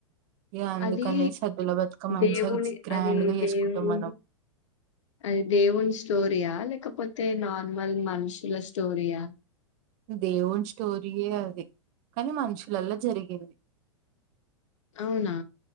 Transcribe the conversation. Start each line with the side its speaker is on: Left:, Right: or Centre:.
Right: ఇగ అందుకనేసి
Left: అది
Right: సద్దుల బతుకమ్మ
Left: దేవుని
Right: మంచిగా గ్రాండ్
Left: అది
Right: గా చేసుకుంటాం
Left: దేవు
Right: మనం
Left: అది దేవుని స్టోరియా లేకపోతే అయితే నార్మల్ మనుషుల స్టోరీయా!
Right: దేవుని స్టోరీయే అది కానీ మనిషు లల్ల జరిగింది.
Left: అవునా.